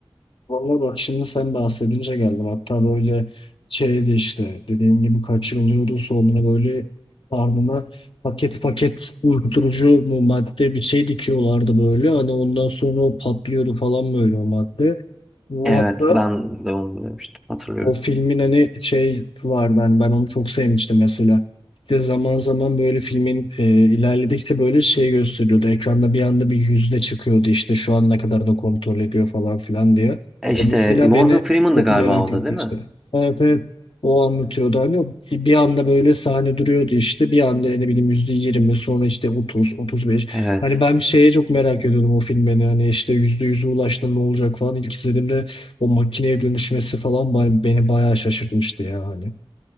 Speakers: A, on the left; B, in the centre.
A: Valla bak şimdi sen bahsedince geldim. Hatta böyle şeydi işte dediğim gibi kaçırılıyordu. Sonra böyle karnına paket paket uyuşturucu mu madde bir şey dikiyorlardı böyle. Hani ondan sonra o patlıyordu falan böyle o madde. Bu
B: Evet,
A: hatta
B: ben de onu demiştim. Hatırlıyorum.
A: o filmin hani şey var ben ben onu çok sevmiştim mesela. Bir de zaman zaman böyle filmin e, ilerledikçe böyle şey gösteriyordu. Ekranda bir anda bir yüzde çıkıyordu işte şu an ne kadar da kontrol ediyor falan filan diye.
B: E işte
A: O mesela
B: e, Morgan
A: beni
B: Freeman'dı
A: çok
B: galiba
A: merak
B: o
A: etmişti.
B: da değil mi?
A: Evet evet. O anlatıyordu hani o bir anda böyle sahne duruyordu işte bir anda ne bileyim yüzde yirmi sonra işte otuz otuz beş.
B: Evet.
A: Hani ben şeye çok merak ediyordum o filmi hani işte yüzde yüze ulaştı ne olacak falan. İlk izlediğimde o makineye dönüşmesi falan ba- beni bayağı şaşırtmıştı ya hani.